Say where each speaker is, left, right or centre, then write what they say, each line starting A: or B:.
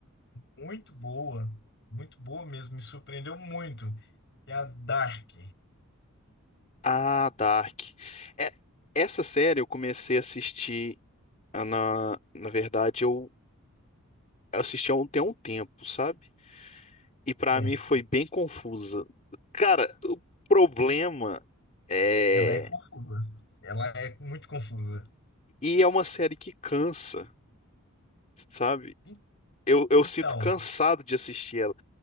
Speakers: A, on the left; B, on the left.
A: muito boa, muito boa mesmo, me surpreendeu muito, que é a Dark.
B: Ah, Dark. É, essa série eu comecei a assistir ah, na, na verdade eu assisti há um, tem um tempo, sabe? E pra
A: Certo.
B: mim foi bem confusa. Cara, o problema é
A: Ela é confusa. Ela é muito confusa.
B: e é uma série que cansa, sabe?
A: E-
B: Eu, eu
A: Então,
B: sinto cansado de assistir ela.